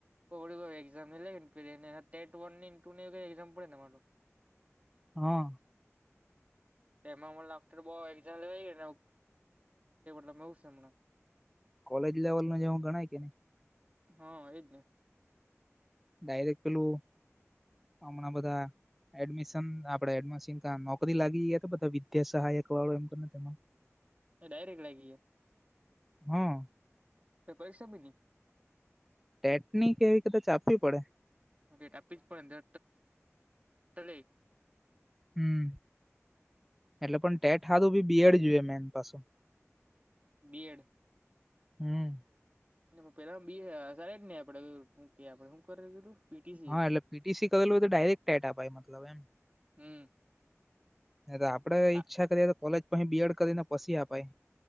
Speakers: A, on the right; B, in the centre.
A: તો ઓલી વાર એક્ઝામએ લઈને તો એને ટેટ વનની ને ટુ ની એવું કઈ એક્ઝામે પડે ને તમારે તો?
B: હહ
A: એમાં મને લાગતું તો બહુ એક્ઝામ લેવાઈ ગઈ ને <inaudible> હું સે હમણાં.
B: કોલેજ લેવલનો જે હું ગણાય કે નહીં?
A: હહ એજ ને.
B: ડાયરેક પેલું હમણાં બધા એડમિશન આપડે એડમાં સિનકા નોકરી લાગી ગઈ હે કે બધા વિદ્યા સહાયક વાળો એમ કરને તેમાં
A: કે ડાયરેક્ટ લાગી ગયા?
B: હહ
A: તો પરીક્ષા બી ની?
B: ટેટની કે એવી કદાચ આપવી પડે.
A: હહ ટેટ આપવી જ પડે ને. <inaudible>
B: હમ એટલે પણ ટેટ હારું ભી બિએડ જોઈએ મેન પાછું.
A: બીએડ?
B: હમ
A: એનામાં પેલા બી સાર જ ને આપડે હું કે આપડે હું કરવા કીધું? પીટીસી
B: હા એટલે પીટીસી કરેલું હોય તો ડાયરેક્ટ ટેટ અપાય મતલબ એમ.
A: હમ
B: એતો આપડે ઈચ્છા
A: આ
B: કરીએ તો કોલેજ પહી બીએડ કરીને પસી અપાય.